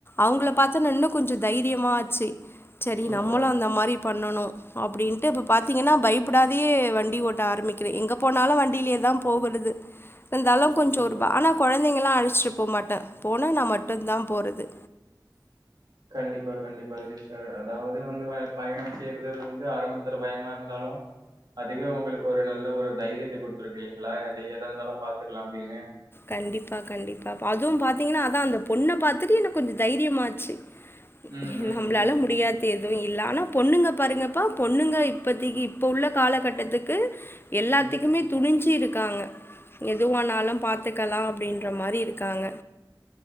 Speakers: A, on the left; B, on the right.
A: அவுங்ளப் பாத்து நா இன்னு கொஞ்சோ தைரியமா ஆச்சி சரி
B: சூப்பர்,
A: நம்மளு அந்த மாரிப் பண்ணணு அப்டின்ட்டு இப்போ பாத்திங்கன்னா பயிப்படாதியே வண்டி ஓட்ட ஆரம்பிக்கிறே எங்கப் போனாலு வண்டிலியேதாம் போகறது இருந்தாலு கொஞ்சோ
B: சூப்பர்.
A: ஒருப ஆனாக் கொழந்தைங்கெல்லா அழச்ட்டு போமாட்டே போனா நா மட்டுந்தா போறது
B: கண்டிப்பா கண்டிப்பா சிஸ்டர் அதாவது வந்துவ பயணம் செய்றது வந்து ஆரம்பத்துல பயமா இருந்தாலு அதுவே உங்களுக்கு ஒரு நல்ல ஒரு தைரியத்தை குடுத் துருங் இல்லிங்ளா எதை எதா இந்தாலும் பாத்துகுலா அப்டினு
A: கண்டிப்பா கண்டிப்பாபா அதுவும் பாத்தீங்கினா அதா அந்த பொண்ணப் பாத்துட்டு எனக் கொஞ்சோ தைரியமாச்சு
B: ம், ம்,
A: எ நம்ளால முடியாத் து எதுவு இல்ல ஆனாப் பொண்ணுங்க பாருங்கப்பா பொண்ணுங்க இப்பத்திகு இப்ப உள்ள காலகட்டத்துக்கு எல்லாத்துக்குமே
B: ம், ம்.
A: துணிஞ்சி இருக்காங்க எதுவானாலும் பாத் க்கலா அப்டின்ற மாரி இருக்காங்க